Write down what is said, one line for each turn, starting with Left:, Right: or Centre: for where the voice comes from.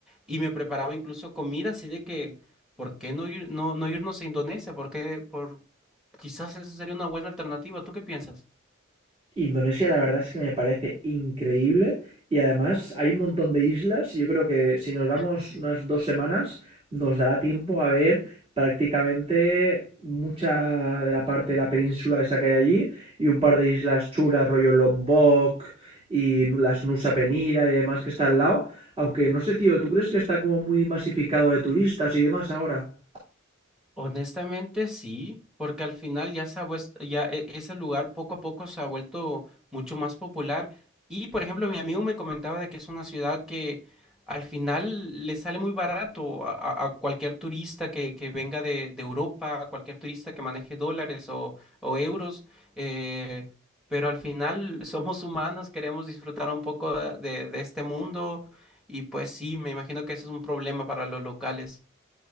Centre: y me preparaba incluso comida, así de que ¿por qué no ir no no irnos a Indonesia? ¿Por qué por Quizás esa sería una buena alternativa. ¿Tú qué piensas?
Right: Indonesia, la verdad es que me parece increíble y además hay un montón de islas y yo creo que si nos vamos
Centre: <laughs> Sí.
Right: unas dos semanas nos dará tiempo a ver prácticamente mucha de la parte de la península esa que hay allí y un par de islas chulas, rollo Lombok y las Nusa Penida y demás que está al lado. Aunque no sé, tío, ¿tú crees que está como muy masificado de turistas y demás ahora?
Centre: Honestamente sí, porque al final ya se ha vuest- ya e- ese lugar poco a poco se ha vuelto mucho más popular. Y por ejemplo, mi amigo me comentaba de que es una ciudad que al final le sale muy barato a, a- a cualquier turista que, que venga de, de Europa, a cualquier turista que maneje dólares o, o euros. eh, pero al final <laughs> somos humanos, queremos disfrutar un poco de, de este mundo. Y pues sí, me imagino que ese es un problema para los locales.